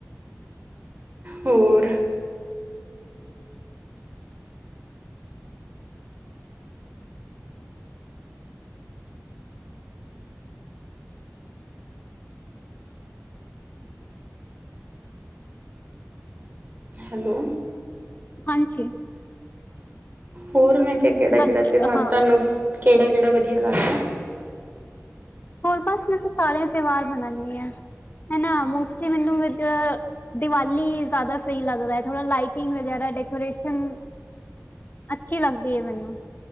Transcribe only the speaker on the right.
ਹੋਰ। ਹੈਲੋ
ਹੋਰ ਮੈਂ ਕੇਆ ਕੇੜਾ-ਕੇੜਾ
ਤਿਉਹਾਰ
ਤਾਨੂੰ ਕੇੜਾ-ਕੇੜਾ ਵਧੀਆ ਲੱਗਦਾ?